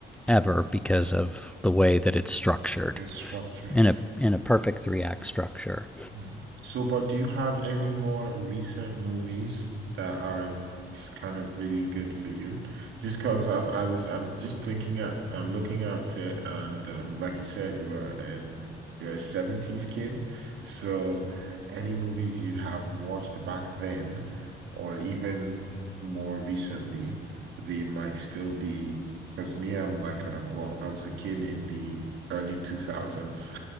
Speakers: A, in the centre; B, on the right.
A: ever because of the way that it's structured
B: it's structured.
A: in a in a perfect three act structure
B: Yeah. So, but do you have any more recent movies that are s- kind of really good for you? Just because I'm, I was, I'm just thinking at, I'm looking at it, and um, like you said, you were an you're a 70s kid, so any movies you'd have watched back then, or even more recently, they might still be. Because me, I'm like a, well, I was a kid in the early 2000s.